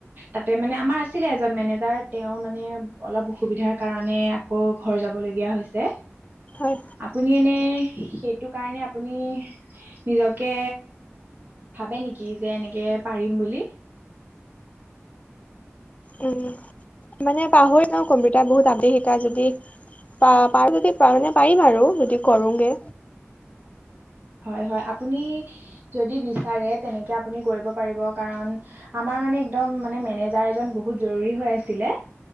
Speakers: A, on the right; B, on the left.
A: তাতে মানে আমাৰ আছিলে এজন মেনেজ তাৰ তেওৰ মানে অলপ অসুবিধাৰ কাৰণে আকৌ ঘৰ যাব লগগীয়া হৈছে।
B: হয়
A: আপুনি এনে সেইটো কাৰণে আপুনি নিজকে ভাবে নেকি যে এনেকে পাৰিম বুলি।
B: উম মানে পাহৰি ন কম্পিউটাৰ বহুত আদেই শিকা যদি পা- পাৰ যদি মানে পাৰিম আৰু যদি কৰোগে।
A: <inaudible> হয় - হয় আপুনি যদি বিচাৰে তেনেকে আপুনি কৰিব পাৰিব কাৰণ আমাৰ মানে একম মানে মেনেজাৰ এজন বহুত জৰুৰী হৈ আছিলে।